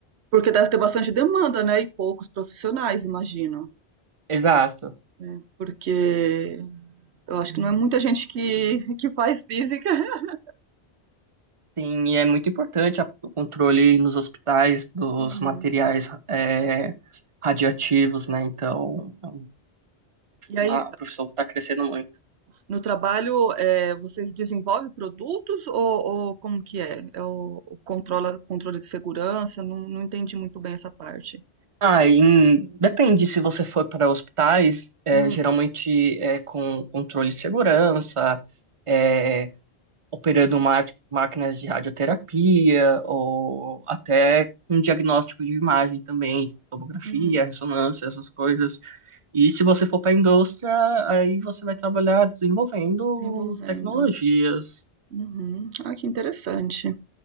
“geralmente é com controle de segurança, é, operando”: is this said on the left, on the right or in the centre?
Right